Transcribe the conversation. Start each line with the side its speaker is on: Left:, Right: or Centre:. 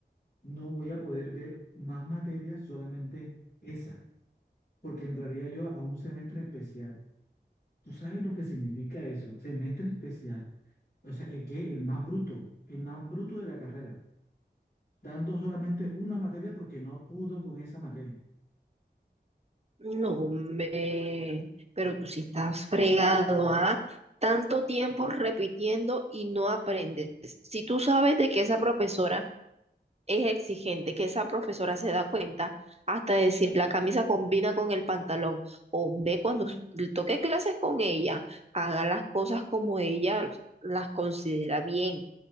Left: no voy a poder ver más materias, solamente esa, porque entraría yo a un semestre especial. ¿Tú sabes lo que significa eso? Semestre especial. O sea, el que el más bruto, el más bruto de la carrera. dando solamente una materia porque no pudo con esa materia.
Right: No, hombre, pero tú sí estás fregado, ¿ah? Tanto tiempo repitiendo y no aprendes. Si tú sabes de que esa profesora es exigente, que esa profesora se da cuenta hasta decir la camisa combina con el pantalón, hombre, cuando le toque clases con ella, haga las cosas como ella las considera bien,